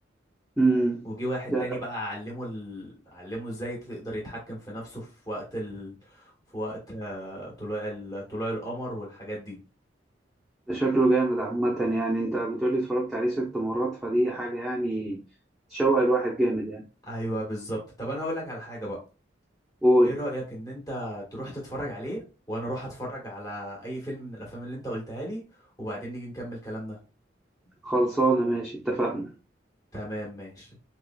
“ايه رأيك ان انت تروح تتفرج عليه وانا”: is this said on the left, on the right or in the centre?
Left